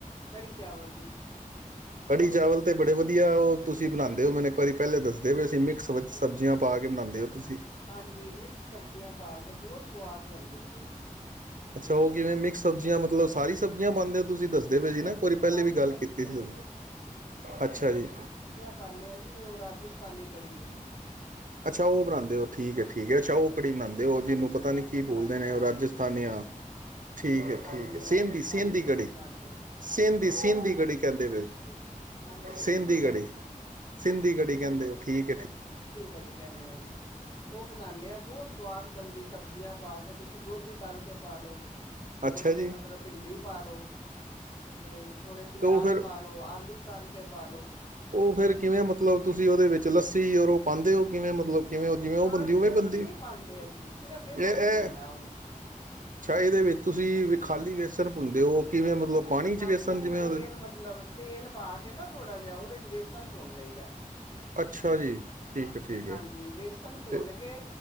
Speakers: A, on the left; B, on the right.
A: ਕੜੀ ਚਾਵਲ ਜੀ।
B: ਕੜੀ ਚਾਵਲ
A: ਹਾਂਜੀ
B: ਤੇ ਬੜੇ ਵਦੀਆ ਓ ਤੁਸੀਂ ਬਨਾਂਦੇ ਓ ਮੈਨ ਇੱਕ ਵਾਰੀ ਪੈਹਲੇ ਦੱਸਦੇ ਪੇਸੀ ਮਿਕਸ ਵਿਚ ਸਬਜ਼ੀਆਂ ਪਾ ਕੇ ਬਨਾਂਦੇ ਓ ਤੂਸੀ।
A: ਹਾਂਜੀ ਮਿਕਸ ਸਬਜ਼ੀਆਂ ਪਾ ਕੇ ਬੋਤ ਸਵਾਦ ਬਨਦੀ ਜੇ ਓ।
B: ਅੱਛਾ ਓ ਕਿਵੇਂ ਮਿਕਸ ਸਬਜ਼ੀਆਂ ਮਤਲਬ ਸਾਰੀ ਸਬਜ਼ੀਆਂ ਪਾਂਦੇ ਓ ਤੂਸੀ ਦੱਸ ਜਿਵੇਂ ਕਿ
A: ਹਾਂਜੀ
B: ਨਾ ਇਕ ਵਾਰੀ
A: ਸਾਰੀ
B: ਪੈਹਲੇ ਵੀ ਗਾੱਲ
A: ਸਬਜ਼ੀਆਂ
B: ਕੀਤੀ ਸੀ, ਅੱਛਾ ਜੀ।
A: ਪਾੱਨੇ ਆ ਜੀ ਓ ਰਾਜਸਥਾਨੀ ਕੜੀ ਏ।
B: ਅੱਛਾ ਓ ਬਨਾਂਦੇ ਓ ਠੀਕੇ, ਠੀਕੇ, ਅੱਛਾ ਓ ਕੜੀ ਬਨਾਂਦੇ ਓ
A: ਹਾਂਜੀ
B: ਜਿਨੂੰ ਪਤਾ
A: ਰਾਜਸਥਾਨੀ
B: ਨੀ ਕੀ ਬੋਲਦੇ ਨੇ,
A: ਹਾਂਜੀ
B: ਓ ਰਾਜਸਥਾਨੀ ਆ ਠੀਕੇ,
A: ਹਾਂਜੀ
B: ਠੀਕੇ
A: ਰਾਜਸਥਾਨੀ
B: ਸਿੰਦੀ, ਸਿੰਦੀ ਕੜੀ।
A: ਬਣਾਉਂਦੇ
B: ਸਿੰਦੀ, ਸਿੰਦੀ
A: ਸਿੰਧੀ
B: ਕੜੀ ਕੈਂਦੇ
A: ਹਾਂਜੀ
B: ਵੇ
A: ਹਾਂਜੀ ਸਿੰਧੀ
B: ਸਿੰਦੀ ਕੜੀ। ਸਿੰਦੀ
A: ਹਾਂਜੀ
B: ਕੜੀ
A: ਸਿੰਧੀ
B: ਕੈਂਦੇ ਓ ਠੀਕੇ, ਠੀਕ।
A: ਸਿੰਧੀ ਕੜੀ ਕੈੱਨੇ ਆ ਜੀ। ਓ ਬਨਾਨੇ ਆਂ ਬੋਤ ਸਵਾਦ ਬਨਦੀ ਸਬਜ਼ੀਆਂ ਪਾ ਕੇ ਤੂਸੀ ਗੋਭੀ ਤਾੱਲ ਕੇ ਪਾ ਲੋ
B: ਅੱਛਾ
A: ਥੋੜੇ ਜੇ
B: ਜੀ
A: ਮਤਲਬ ਭਿੰਡੀ ਪਾ ਲੋੋ ਤੇ ਥੋੜੇ ਪੇਆਜ
B: ਉਹ ਫਿਰ
A: ਪਾਲੋ, ਆਲੂ ਤਾੱਲ ਕੇ ਪਾਲ ਲੋ
B: ਓ ਫੇਰ ਕਿਵੇਂ ਮਤਲਬ, ਤੂਸੀ ਓਦੇ ਵਿੱਚ ਲੱਸੀ ਔਰ ਓ ਪਾਂਦੇ ਓ, ਕਿਵੇਂ ਮਤਲਬ? ਕਿਵੇਂ ਓ ਜਿਵੇਂ ਓ
A: ਨਾ
B: ਬਨਦੀ
A: ਜੀ
B: ਉਵੇਂ
A: ਲੱਸੀ
B: ਬਨਦੀ
A: ਨਹੀਂ ਪਾਉਂਦੇ ਅਸੀਂ ਸਿਰਫ ਵੇਸਣ
B: ਯਾ ਐ
A: ਭੁੰਨਣਾ
B: ਅੱਛਾ
A: ਉਹਨੂੰ
B: ਇਹਦੇ ਵਿੱਚ ਤੂਸੀ ਖਾਲੀ ਵੇਸਨ ਭੁਨਦੇ ਓ, ਕਿਵੇਂ ਮਤਲਬ ਪਾਣੀ ਚ
A: ਹਾਂਜੀ
B: ਵੇਸਨ ਜਿਵੇਂ
A: ਤੇਲ
B: ਉਦੇ
A: ਮਤਲਬ ਤੇਲ ਪਾ ਕੇ ਨਾ ਥੋੜਾ ਜਾ ਓਦੇ ਚ ਵੇਸਨ ਭੂੱਨ ਲਈ ਦੈ
B: ਅੱਛਾ ਜੀ। ਠੀਕ ਹੈ ਠੀਕ
A: ਹਾਂਜੀ,
B: ਹੈ
A: ਵੇਸਨ
B: ਅਤੇ
A: ਭੁੰਨ ਕੇ,